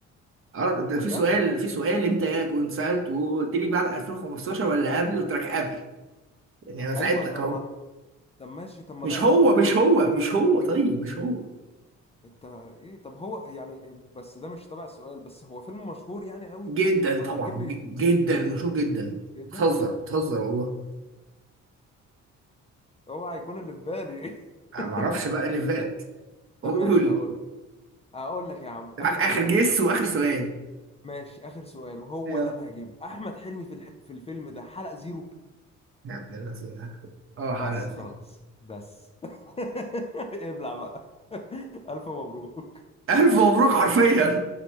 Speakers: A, on the right; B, on the left.
A: غلط ده
B: ده
A: في
B: بجد
A: سؤال في سؤال انت كنت سالته وقلت لي بعد 2015 ولا قبل قلت لك قبل يعني انا ساعدتك
B: ايوه طب
A: اهو
B: ما طب ماشي طب ما
A: مش
B: ده
A: هو
B: قبله
A: مش
B: برضو
A: هو مش هو طيب مش هو
B: انت ايه طب هو يعني بس ده مش تبع السؤال بس هو فيلم مشهور يعني قوي
A: جدا
B: ولا
A: طبعا
B: هتجيب لي
A: ج- جدا مشهور جدا
B: جدا
A: بتهزر بتهزر والله
B: هو هيكون اللي في بالي
A: انا
B: <laughs>
A: ما اعرفش بقى اللي في بالك
B: طب
A: قول
B: ماشي
A: لي
B: هقول لك هقول لك يا عم اخر
A: معاك اخر
B: سؤال
A: جس واخر سؤال
B: ماشي اخر سؤال وهو
A: يلا
B: ده اللي هجيبه احمد حلمي في الح... في الفيلم ده حلق زيرو
A: يا ابن اللذينه اه
B: بس
A: حلقتي
B: خلاص بس <laughs> ابلع بقى <laughs> ألف مبروك
A: ألف مبروك حرفيا